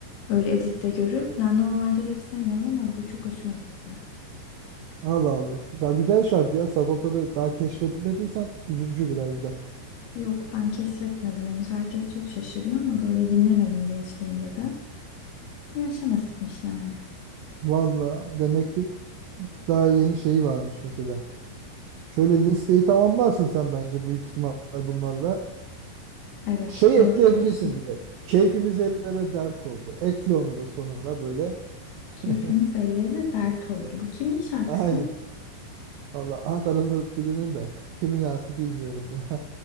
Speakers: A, on the left; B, on the right.
A: Öyle editte görüp. Yani normalde rap sevmem ama bu çok hoşuma gitti.
B: Allah Allah. Çok- Ya güzel şarkı ya. Sagopa'da daha keşfedilmediysen üzücü biraz da.
A: Yok ben keşfetmedim henüz. Herkes çok şaşırıyor ama böyle dinlemedim gençliğimde de. Bu yaşa nasipmiş yani.
B: Valla demek ki daha yeni şeyi varmış mesela. Şöyle listeyi tamamlarsın sen bence büyük ihtimal bunlarla.
A: Evet
B: Şey
A: doğru
B: ekleyebilirsin
A: diyorsun.
B: bir de. Keyfimiz ellere dert oldu. Ekle onu da sonuna böyle.
A: Keyfimiz
B: <laughs>
A: ellere dert oldu. Bu kimin şarkısı?
B: Aynen. Valla Ankaralı birinin de <laughs> kimin aklı bilmiyorum ya.